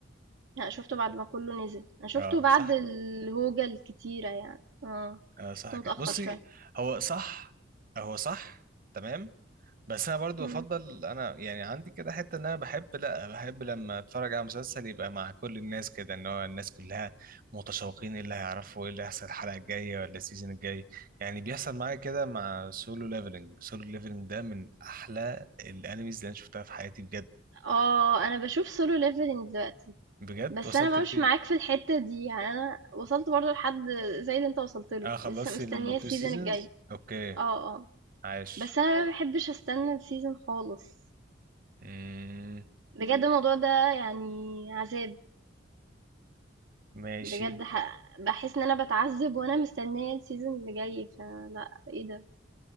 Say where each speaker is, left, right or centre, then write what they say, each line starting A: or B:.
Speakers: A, on the right; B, on the right.
A: لأ شُفته بعد ما كلّه نزل، أنا شُفته
B: اه
A: بعد
B: صح
A: الهوجة الكتيرة يعني، آه،
B: اه صح
A: شُفته
B: كده
A: متأخّر
B: بصي
A: شوية.
B: هو صح هو صح تمام بس انا برضو
A: إمم،
B: بفضل انا يعني عندي كده حته ان انا بحب لا بحب لما اتفرج على مسلسل يبقى مع كل الناس كده ان هو الناس كلها متشوقين ايه اللي هيعرفوا ايه اللي هيحصل الحلقه الجايه ولا السيزون الجاي يعني بيحصل معايا كده مع سولو ليفلنج سولو ليفلنج ده من احلى الانميز اللي انا شفتها في حياتي بجد
A: آه، أنا باشوف Solo Leveling دلوقتي،
B: بجد
A: بس
B: وصلت
A: أنا بقى
B: لفين
A: مش معاك في الحتّة دي، يعني أنا وصلت برضه لحد زي اللي أنت وصلت له،
B: اه خلصت
A: لسه مستنية
B: التو
A: الseason
B: سيزونز
A: الجاي.
B: اوكي
A: آه، آه.
B: عاش
A: بس انا ما بحبش استنى السيزون خالص
B: امم
A: بجد الموضوع ده يعني عذاب
B: ماشي
A: بجد ح... بحس ان انا بتعذب وانا مستنيه السيزون اللي جاي فلا ايه ده